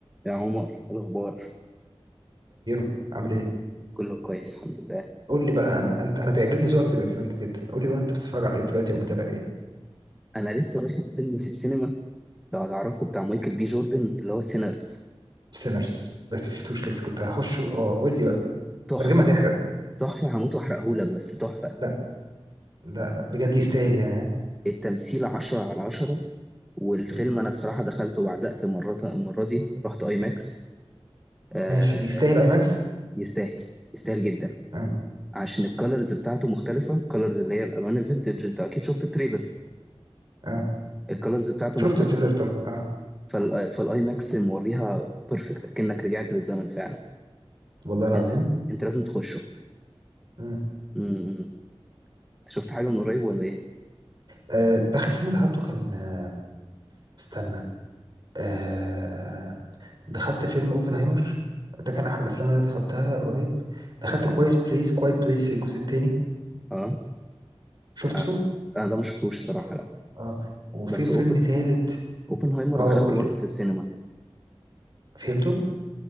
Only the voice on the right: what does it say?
أميرو عامل ايه؟
قول لي بقى انت انا بيعجبني ذوقك في الافلام جدا قول لي بقى انت بتتفرج على ايه دلوقتي او متابع ايه؟
سينرز ما شفتوش لسه كنت هخش اه قول لي بقى
من غير ما تحرق
لا لا لا بجد يستاهل يعني ها؟
مم.
ماشي يستاهل اي ماكس؟
اه
اه
شفت
التريلر طبعا اه
والله العظيم
مم.
آه. اخر فيلم دخلته كان آه، استنى آه. دخلت فيلم اوبنهايمر ده كان احلى الافلام اللي انا دخلتها قريب دخلت كويس بليس كوايت بليس الجزء التاني
شفته
اه
اه وفي
فيلم
تالت
اه
قول
لي
فهمته